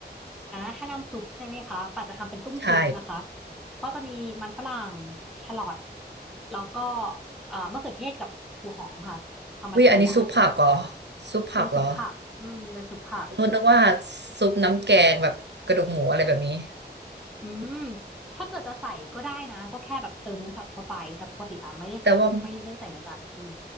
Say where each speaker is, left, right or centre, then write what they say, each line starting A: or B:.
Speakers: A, in the centre; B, on the right.
A: อ่าถ้าน้ำซุปใช่ไหมคะป่าจะทำเป็นตุ้มซุปนะคะ
B: ใช่
A: ก็จะมีมันฝรั่งแครอทแล้วก็เอ่อมะเขือเทศกับหัวหอมค่ะประมาณสี่อย่าง
B: วิอยอันนี้ซุปผักเหรอ ซุปผักเหรอ
A: เป็นซุปผักอืมเป็นซุปผัก
B: นุ่นนึกว่าซุปน้ำแกงแบบกระดูกหมูอะไรแบบนี้
A: อืมถ้าเกิดจะใส่ก็ได้นะก็แค่แบบเติมเนื้อสัตว์เข้าไปแต่ปกติปาไม่ได้ใส่ไม่ได้ใส่เนื้อสัตว์อืม
B: แต่ว่า